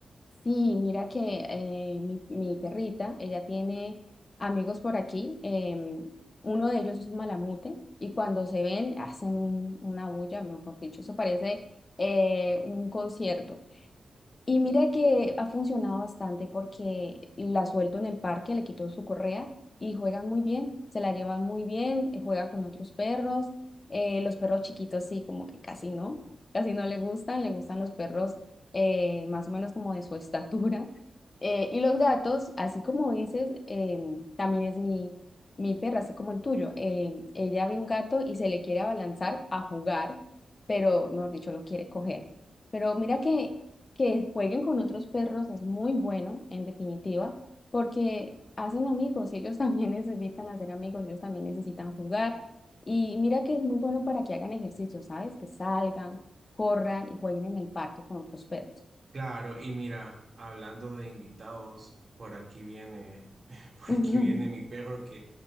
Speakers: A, on the left; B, on the right.
A: Sí, mira que eh, mi, mi perrita, ella tiene amigos por aquí. em, uno de ellos es un malamute y cuando se ven hacen un- una bulla, mejor dicho. Eso parece eh, un concierto. Y mira que ha funcionado bastante porque la suelto en el parque, le quito su correa y juegan muy bien, se la llevan muy bien, eh, juega con otros perros. eh, los perros chiquitos sí, como que casi no, casi no le gustan, le gustan los perros eh, más o menos como de su estatura. <laughs> eh, y los gatos, así como dices, em, también es mi, mi perra, así como el tuyo. em, ella ve un gato y se le quiere abalanzar a jugar, pero, mejor dicho, lo quiere coger. Pero mira que que jueguen con otros perros es muy bueno, en definitiva, porque hacen amigos y ellos <laughs> también necesitan hacer amigos, ellos también necesitan jugar. Y mira que es muy bueno para que hagan ejercicio, ¿sabes? Que salgan, corran y jueguen en el parque con otros perros.
B: Claro, y mira, hablando de invitados, por aquí viene, <laughs> por
A: <laughs>
B: aquí viene mi perro que